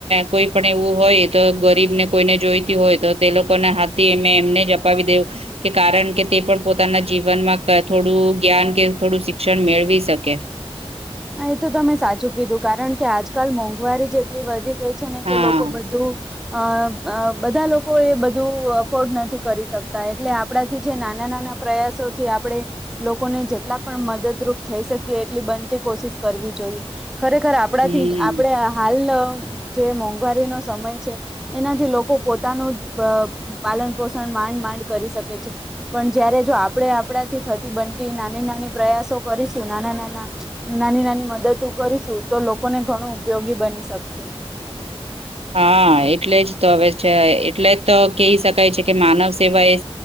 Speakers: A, on the right; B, in the centre.
A: કોઈ પણ એવું હોય તો ગરીબ ને કોઈને જોઈતી હોય તો તે લોકોને હાથથી એ એમને જ અપાવી દેવું, કે કારણ કે તે પણ પોતાના જીવનમાં થોડું જ્ઞાન કે થોડું શિક્ષણ મેળવી શકે.
B: હા એ તો તમે સાચું કીધું કારણ કે આજકાલ મોંઘવારી જેટલી વધી ગઈ છે છે ને
A: હા
B: કે લોકો બધું અ બધા લોકો એ બધું અફોર્ડ નથી કરી શકતા એટલે આપણાથી જે નાના નાના પ્રયાસોથી આપણે, લોકોને જેટલા પણ મદદરૂપ થઈ શકીએ એટલી બ કોશિશ કરવી જોઈએ. ખરેખર આપણાથી
A: હમ્મ.
B: આપડે હાલ જે મોંઘવારીનો સમય છે, એનાથી લોકો પોતાનું પાલન પોષણ માંડ માંડ કરી શકે છે, પણ જય્યારે જો આપણે આપણાથી થતી બનતી નાની નાની પ્રયાસો કરીશું નાના નાના. નાની નાની મદદ કરીશું તો લોકોને ઘણું ઉપયોગી બની શકશે.
A: હા એ એટલે જ તો હવે છે એટલે જ તો કહી શકાય છે કે માનવ સેવા એ